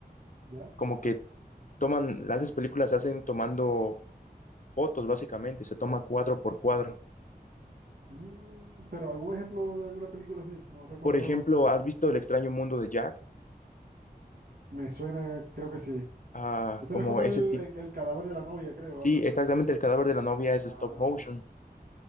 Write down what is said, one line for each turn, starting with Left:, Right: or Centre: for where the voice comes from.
Right: ¿Ya?
Left: Como que toman, las películas se hacen tomando fotos, básicamente, se toma cuadro por cuadro.
Right: Mm, pero algún ejemplo de alguna película así. No recuerdo.
Left: Por ejemplo, ¿has visto El extraño mundo de Jack?
Right: Me suena, creo que sí.
Left: Ah,
Right: Ese
Left: como
Right: no es como
Left: ese
Right: el,
Left: tipo
Right: el- el cadáver de la novia, creo,
Left: Sí,
Right: algo así.
Left: exactamente, el cadáver de la novia es
Right: Ah,
Left: stop motion.